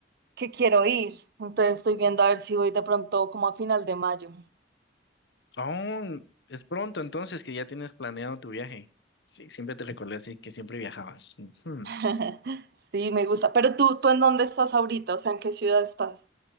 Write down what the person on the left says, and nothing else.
Oh, es pronto entonces que ya tienes planeado tu viaje. Sí, siempre te recordé así que siempre viajabas. Ujú.